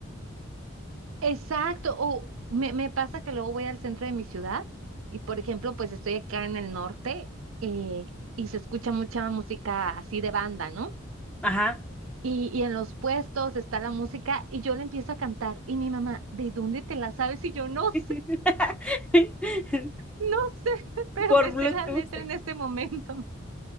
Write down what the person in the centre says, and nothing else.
Ajá.
<laughs>
por
Bluetooth.